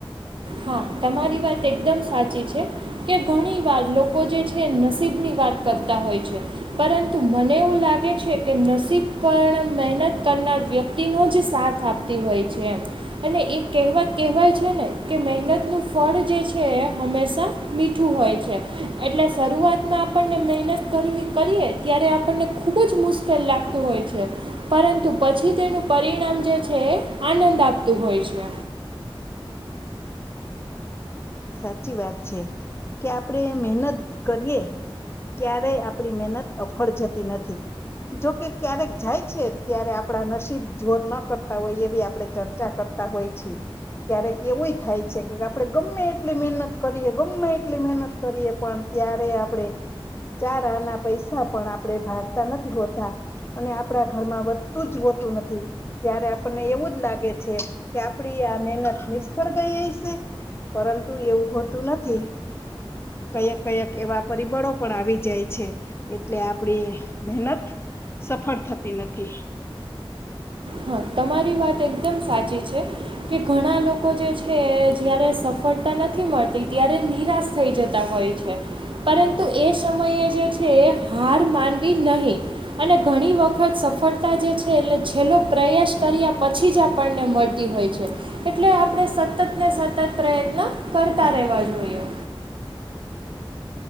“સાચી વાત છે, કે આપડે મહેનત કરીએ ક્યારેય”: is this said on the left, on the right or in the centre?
Left